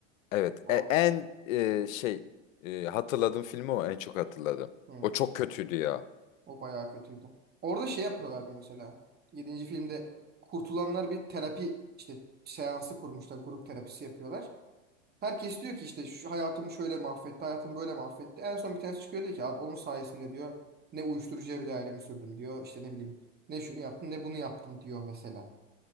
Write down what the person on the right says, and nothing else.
o,
hı,
o bayağı kötüydü. Orada şey yapıyorlardı mesela. Yedinci filmde kurtulanlar bir terapi işte seansı kurmuşlar. Grup terapisi yapıyorlar. Herkes diyor ki işte şu hayatımı şöyle mahvetti, hayatımı böyle mahvetti. En son bir tanesi çıkıyor diyor ki abi onun sayesinde diyor ne uyuşturucuya bile ailemi sürdüm diyor. İşte ne bileyim ne şunu yaptım ne bunu yaptım diyor mesela.